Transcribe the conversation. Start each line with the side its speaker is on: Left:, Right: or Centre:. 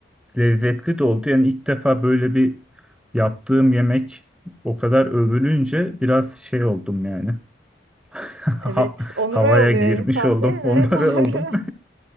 Centre: lezzetli de oldu. Yani ilk defa böyle bir yaptığım yemek o kadar övülünce biraz şey oldum yani. <laughs> Ha-
Right: Evet, onur
Centre: havaya
Right: oluyor
Centre: girmiş
Right: insan
Centre: oldum,
Right: değil mi?
Centre: onları
Right: <laughs> Doğru.
Centre: oldum.